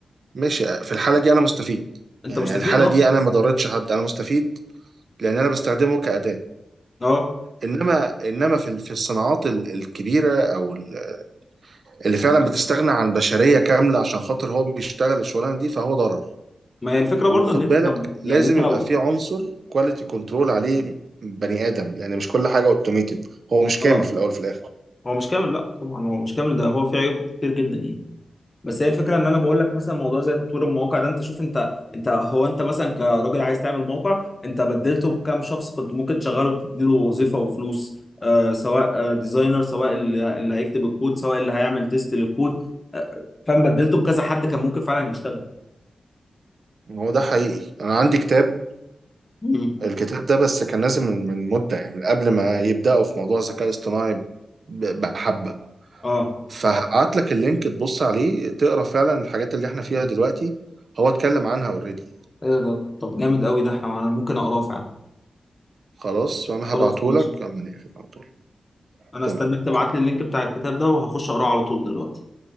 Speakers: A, on the right; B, on the left.
A: ماشي في الحالة دي انا مستفيد
B: انت
A: يعني
B: مستفيد
A: الحالة
B: اه
A: دي انا ما ضرتش حد انا مستفيد لان انا بستخدمه كأداة
B: اه
A: انما انما في في الصناعات ال- الكبيره او ال- اللي فعلا بتستغنى عن بشريه كامله عشان خاطر هو بيشتغل الشغلانه دي فهو ضرر
B: ما هي الفكرة
A: وخد
B: برضه ان انت
A: بالك
B: كم يعني
A: لازم
B: انت لو
A: يبقى في عنصر كواليتي كنترول عليه بني ادم لان مش كل حاجه اوتوميتد هو مش كامل
B: اه
A: في الاول وفي الاخر
B: هو مش كامل لا طبعا هو مش كامل ده هو فيه عيوب كتير جدا يعني بس هي الفكره ان انا بقول لك مثلا موضوع زي تطوير المواقع ده انت شوف انت انت هو انت مثلا كراجل عايز تعمل موقع انت بدلته بكام شخص كنت ممكن تشغله تديله وظيفه وفلوس آه سواء آه ديزاينر سواء اللي اللي هيكتب الكود سواء اللي هيعمل تيست للكود آه فاهم بدلته بكذا حد كان ممكن فعلا يشتغل
A: هو ده حقيقي انا عندي كتاب
B: مم.
A: الكتاب ده بس كان نازل من من مده يعني من قبل ما يبداوا في موضوع الذكاء الاصطناعي ب- بحبه
B: اه
A: فهبعت لك اللينك تبص عليه تقرا فعلا الحاجات اللي احنا فيها دلوقتي هو اتكلم عنها اوريدي
B: ايه ده طب جامد قوي ده احنا انا ممكن اقراه فعلا
A: خلاص فأنا
B: خلاص
A: هبعتهولك
B: ماشي
A: لما نقفل على طول
B: انا
A: تمام
B: استناك
A: أوكي
B: تبعت لي اللينك بتاع الكتاب ده وهخش اقراه على طول دلوقتي